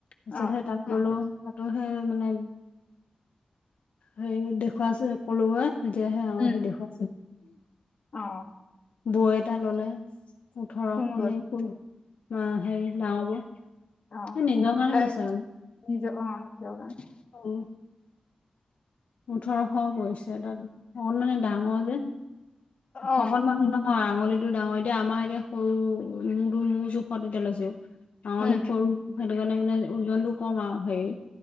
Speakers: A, on the left; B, on the left.
A: অ
B: তাৰপিছত তাত
A: অ
B: গ'লো তাতো সেই মানে হেৰি দেখুৱাচোন কলো মই। তেতিয়াহে আঙঠি
A: উম
B: দেখুৱাকচোন।
A: অ
B: বৌ এটা ললে, ওঠৰশনে
A: কোন বস্তু
B: ক অ হেৰি ডাঙৰ বৌ।
A: অ
B: নিজৰ কাৰণে
A: তাই
B: লৈছে মানে,
A: নিজৰ অ নিজৰ কাৰণে
B: অ। ওঠৰশ পৰিছে। তাত অকন মানে ডাঙৰ যে
A: অ
B: শকত মানুহ নহয় আঙুলিত টো ডাঙৰ এতিয়া আমাৰ এতিয়া সৰু মোৰটো-মোৰ জোখত এতিয়া লৈছো আঙুলি
A: উম
B: সৰু। সেইটো কাৰণে মানে ওজনটো কম আৰু হেৰি।